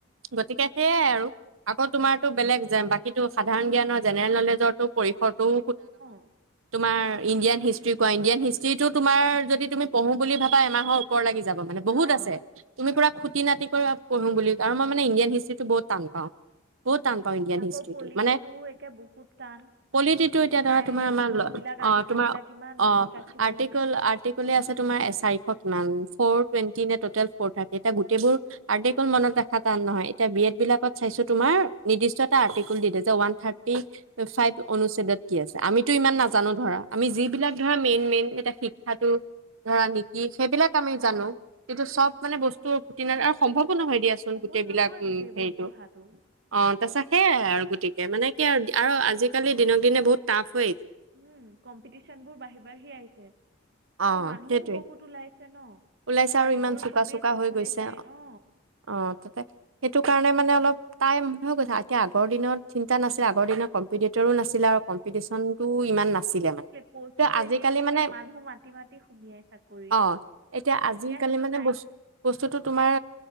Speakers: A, on the right; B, on the right.
A: গতিকে সেইয়াই আৰু আকৌ তোমাৰতো বেলেগ বাকী টো সাধাৰণ জ্ঞানৰ জেনেৰেল নলেজ সুত্ৰটো পৰিসৰটো
B: উ
A: তোমাৰ ইণ্ডিয়ান হিষ্ট্ৰী কোৱা ইণ্ডিয়ান হিষ্ট্ৰ্ৰী তো তোমাৰ যদি তুমি পঢ়ো বুলি ভাবা এমাহৰ ওপৰ লাগিছে। যাব মানে বহুত
B: অঁ
A: আছে তুমি পুৰা খুটি নাতি কৰি পঢ়ো বুলি আৰু মই মানে ইণ্ডিয়ান হিষ্ট্ৰ্ৰীটো বহুত টান পাওঁ। বহুত টান পাওঁ। ইণ্ডিয়ান
B: আকৌ
A: হিষ্ট্ৰিটো
B: পলিটিটোও
A: মানে
B: একে বহুত টান
A: পলিট তোমাৰ
B: আই
A: আমাৰ
B: ল'বিলাক
A: আ
B: আৰ্টিকলবিলাক
A: তোমাৰ
B: ইমান
A: আ
B: মনত ৰাখিব
A: আৰ্তিকুলে
B: লাগে
A: আৰ্তিকুলে আছে তোমাৰ চাৰিশ কিমান ফৰ টোৱেনটি নে টোটেল ফ'ৰ থাৰতি তা গোটেইবোৰ আৰ্টিকুল মনত ৰাখা নহয় এতিয়া বি এড বিলাকত চাইছো তোমাৰ নিৰ্দিষ্ট এটা আটিকুল দি যে ৱান থাৰ্টি ফাইভ অণু কি আছে আমিতো
B: অঁ
A: ইমান নাজানো ধৰা। আমি যিবিলাক ধৰা মেইন মেইন। এতিয়া শিক্ষাটো ধৰা নেকি। সেইবিলাক আমি
B: অঁ
A: জানো যিটো চব। মানে বস্তু টি ন আৰু সম্ভৱ নহয় দিয়াচোন
B: সম্ভৱ
A: গোটেই বিলাক
B: নহয়
A: উ
B: গোটেইবোৰ
A: হেৰিটো
B: পঢ়াটো
A: অ তাৰ পাছ সেয়াই আৰু গতিকে মানে কি আৰু আৰু আজিকালি দিনক দিনে বহুত। তাফ
B: উম কম্পিটিশন বোৰ বাঢ়ি, বাঢ়ি আহিছে
A: অ
B: আৰু মানুহও
A: সেইটোৱে
B: বহুত ওলাইছে ন
A: ওলাইছে
B: পোৱালী
A: আৰু ইমান
B: বোৰ
A: চোকা
B: চবেই
A: চোকা
B: চবফালে
A: হৈ গৈছে
B: চাই অ।
A: অ তাতে সেইটো কাৰণে মানে অলপ তাই ম হৈ গৈছে, এতিয়া আগৰ দিনত চিন্তা নাছিল আগৰ দিনত কম্পিটিটৰো নাছিলে আৰু ক কম্পিটিচন টো ইমান নাছিলে মানে,
B: প'ষ্টবোৰ
A: ত আজি
B: এনেই
A: কালি
B: থাকে
A: মানে
B: মানুহ মাতি মাতি সুমিয়াই চাকৰিত
A: অ এতিয়া আজিকালি
B: সেইটো
A: বস্তুটো
B: নাই
A: মানে বস্তুটো তোমাৰ